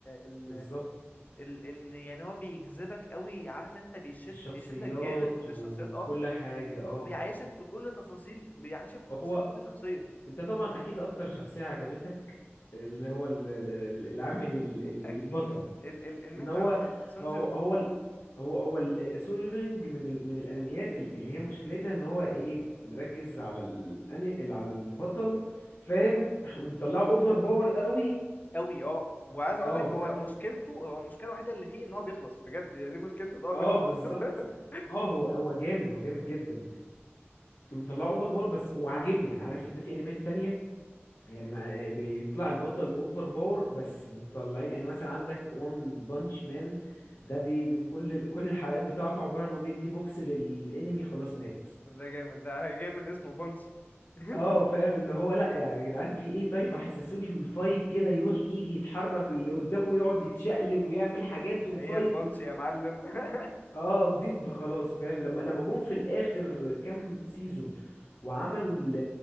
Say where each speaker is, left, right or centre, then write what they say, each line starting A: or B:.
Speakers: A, on the left; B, on the left.
A: ال
B: بالظبط
A: ال ان يعني هو بيجذبك قوي عارف انت بيشد
B: الشخصيات
A: بيشدك جامد للشخصيات
B: وكل
A: اه
B: حاجة اه
A: وبيعيشك في كل تفاصيل بيعيشك في تفاصيل
B: هو
A: كل شخصية
B: انت طبعا اكيد اكتر شخصية عجبتك اللي هو ال- ال- العامل ال- ال-
A: اكيد
B: البطل
A: ال ال المين
B: ان هو
A: كاركتر سون
B: هو
A: جين وو
B: هو ال- هو هو السولو ليفلنج من ال... من الانميات ال- اللي هي مشكلتها ان هو ايه مركز على الاني ال- على البطل فاهم <laughs> ومطلعه اوفر باور قوي
A: قوي اه وعايز اقول
B: اه
A: لك
B: فاهم
A: هو مشكلته هو المشكلة الوحيدة اللي فيه ان هو بيخلص بجد يعني دي مشكلته ان هو
B: اه
A: بيخلص
B: بالظبط
A: <laughs>
B: اه هو هو جامد هو جامد جدا ومطلعه اوفر باور بس وعاجبني يعني عارف انت في انميات تانية يعني ما آه، بيطلع البطل اوفر باور بس بيطلعين يعني مثلا عندك وان بانش مان ده بي... بي- كل ال- كل الحلقات بتاعته عبارة عن انه بيدي بوكس للانمي خلاص مات
A: ده جامد ده جاي من اسمه بونش <laughs>
B: اه فاهم اللي هو لا يا جدعان في ايه طيب حسسوني في الفايت كده يروح يجي يتحرك اللي قدامه يقعد يتشقلب ويعمل حاجات وفايت
A: هي البونش يا معلم <laughs>
B: اه ديب خلاص فاهم لما لما جم في الاخر كام سيزون وعملوا ال